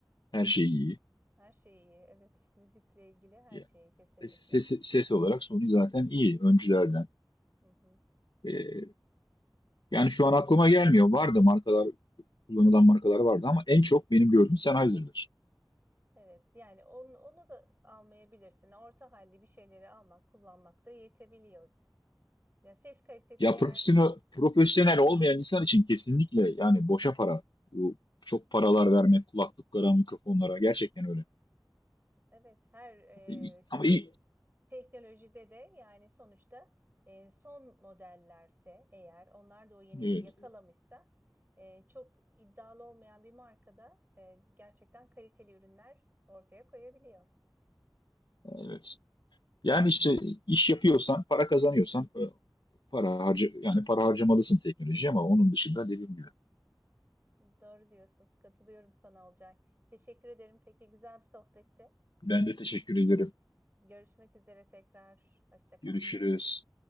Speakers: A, on the left; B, on the right.
A: her şeyi iyi.
B: Her şey iyi. Evet, müzikle ilgili her
A: Ya,
B: şeyi kesinlikle.
A: Ses, ses olarak Sony zaten iyi öncülerden.
B: Hı hı.
A: E, yani şu an aklıma gelmiyor. Vardı markalar kullanılan markalar vardı ama en çok benim gördüğüm Sennheiser'dır.
B: Evet, yani onu, onu da almayabilirsin. Orta halli bir şeyleri almak, kullanmak da yetebiliyor. Ya ses kalitesi
A: Ya
B: eğer
A: profesyonel, profesyonel olmayan insan için kesinlikle yani boşa para. Bu çok paralar vermek kulaklıklara, mikrofonlara gerçekten öyle.
B: evet her
A: İyi-
B: e, ş-
A: Ama iyi,
B: teknolojide de yani sonuçta e, son modellerse eğer onlar da o yeniliği
A: evet.
B: yakalamışsa e, çok iddialı olmayan bir markada e, gerçekten kaliteli ürünler ortaya koyabiliyor.
A: evet. Yani işte iş yapıyorsan, para kazanıyorsan e, para harca yani para harcamalısın teknolojiye ama onun dışında dediğim gibi.
B: Doğru diyorsun. Katılıyorum sana Olcay. Teşekkür ederim. Peki güzel bir sohbetti.
A: Ben de teşekkür ederim.
B: Görüşmek üzere tekrar. Hoşça kal.
A: Görüşürüz.